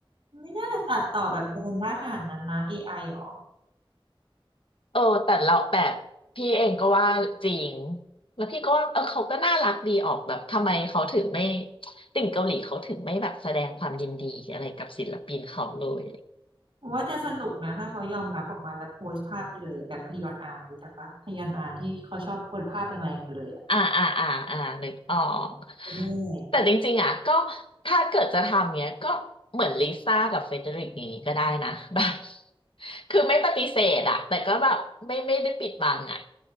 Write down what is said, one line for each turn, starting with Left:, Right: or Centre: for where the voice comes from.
Right: ไม่น่าจะตัดต่อแบบเดินได้ขนาดนั้นนะเอไอหรอ
Left: เออแต่เราแบบพี่เองก็ว่าจริงแล้วพี่ก็ว่าเออเขาก็น่ารักดีออกแบบทำไมเขาถึงไม่ติ่งเกาหลีเขาถึงไม่แบบแสดงความยินดีอะไรกับศิลปินเขาเลย
Right: โอ้ว่าจะสนุกนะถ้าเขายอมรับออกมาแล้วโพสต์ภาพไปเลยอะแบบฮยอนอารู้จักปะฮยอนอาที่เขาชอบโพสต์ภาพแรงๆไปเลยอ่ะ
Left: อ่าอ่าอ่าอ่านึกออก
Right: แม่แบบ
Left: แต่จริงๆอ่ะก็ถ้าเกิดจะทำเนี้ยก็เหมือนลิซ่ากับเฟเดริกอย่างนี้ก็ได้นะแบบคือไม่ปฏิเสธอ่ะแต่ก็แบบไม่ไม่ได้ปิดบังอ่ะ